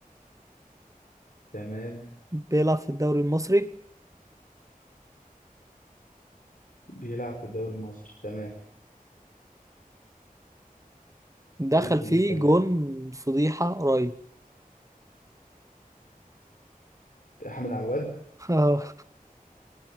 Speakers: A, on the left; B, on the right.
A: تمام
B: بيلعب في الدوري المصري
A: بيلعب في الدوري المصري تمام
B: دخل
A: ايه الكلو
B: فيه
A: كمان
B: جون فضيحة قريب
A: احمد عواد
B: اه